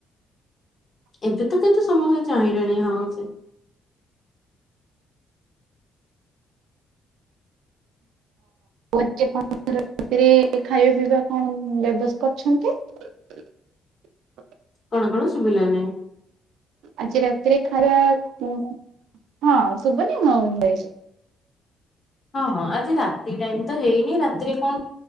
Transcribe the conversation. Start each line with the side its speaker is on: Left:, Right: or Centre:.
Left: ଏବେ ତ କିନ୍ତୁ ସମସ୍ତେ ଚାହିଁଲେଣି, ହଁ, ସେ
Right: ହପଣ ରାତିରେ ଖାଇବା ପିଇବା କଣ ବ୍ୟବସ୍ କରଛନ୍ତି <inaudible>
Left: କଣ, କଣ ଶୁଭିଲାନି ।
Right: ଆଜି ରାତିରେ ଖାଇବା, ହଁ, ଶୁବୁନି । ହଁ, <inaudible> ବାଇ
Left: ହଁ, ହଁ ଆଜି ରାତି ଟାଇମ ତ ହେଇନି, ରାତିରେ କଣ